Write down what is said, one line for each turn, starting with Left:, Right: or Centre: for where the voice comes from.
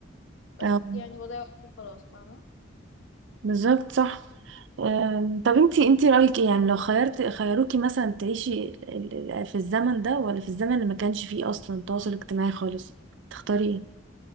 Left: بس
Right: آه.
Left: يعني بضيع وقتي خلاص فاهمه
Right: بالظبط صح أم، طب انتي انتي رأيك ايه يعني لو خيرت خيروكي مثلا تعيشي ال- ال- في الزمن ده ولا في الزمن اللي ما كانش فيه اصلا تواصل اجتماعي خالص تختاري